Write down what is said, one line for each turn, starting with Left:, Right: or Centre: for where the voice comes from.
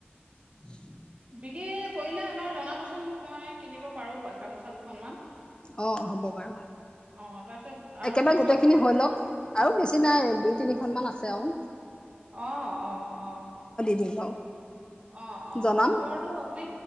Left: উম
Right: বিক্ৰী কৰিলে এবাৰ জনাবচোন মোক মই কিনিব পাৰো গামোচা দুখনমান
Left: অ হ'ব বাৰু
Right: অ তাৰপিছত আৰু
Left: একেবাৰে
Right: পিছত
Left: গোটেই
Right: যদি
Left: খিনি হৈ লওক আৰু বেছি নাই দুই তিনিখন মান আছে চেও
Right: অ অ অ
Left: দিম বাৰু
Right: অ অ
Left: জনাম
Right: খবৰটো আপুনি